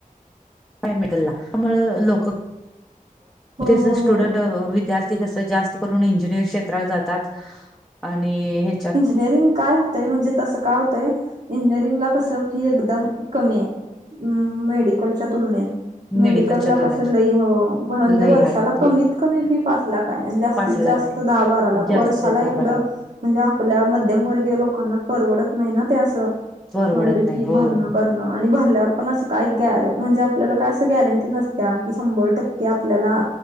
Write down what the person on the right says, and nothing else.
हो हो
हो
इंजिनिअरिंग काय होतय म्हणजे तसं काय होतंय इंजिनिअरिंगला कसं फी एकदम कमी आहे मेडिकलच्या तुलनेत मेडिकल
ला
कस लई हो म्हणजे
वर्षाला
कमीत कमी फी पाच लाख हाय आणि जास्तीत
जास्त
दहा बारा लाख
वर्षाला
एवढं
म्हणजे आपल्या मध्यमवर्गीय लोकांना परवडत नाही ना ते असं
एवढी
फी
भरण
करण. आणि भरल्यावर पण असं काही गॅर म्हणजे आपल्याला काय अस गॅरंटी नसत्या कि शंभर टक्के आपल्याला.